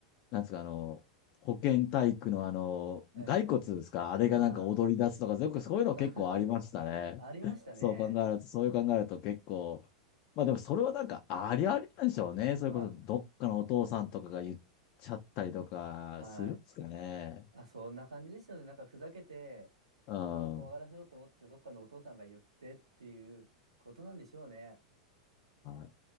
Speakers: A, on the left; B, on the right.
A: なんですか、あの、保健体育のあの、
B: ええ
A: 骸骨ですか、あれがなんか踊り出すとか、
B: あ
A: よくそういうの結構ありましたね。
B: あ、<laughs> ありましたね。
A: そう考えると、そういう考えると結構、まあでもそれはなんかありありなんでしょうね。それこそどっかのお父さんとかが言っちゃったりとかするんですかね。
B: あ、はい。あ、そんな感じでしたよね。なんかふざけて、
A: うん。
B: 子供を怖がらせようと思って、
A: は
B: どっかのお父さんが言ってっていうことなんでしょうね。
A: い